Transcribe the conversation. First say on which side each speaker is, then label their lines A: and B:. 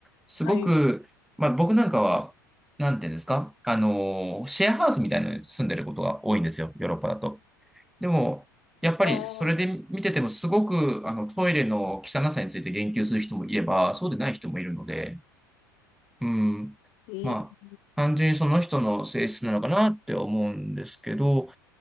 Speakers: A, in the centre; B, on the left.
A: すごく、
B: はい。
A: まあ僕なんかは、なんていうんですか、あの、シェアハウスみたいなのに住んでることが多いんですよ、ヨーロッパだと。でも、やっぱりそれで見ててもすごくあのトイレの汚さについて言及する人もいれば、
B: ああ、
A: そうでない人もいるので、うん、
B: ええ
A: まあ、単純にその人の性質なのかなって思うんですけど、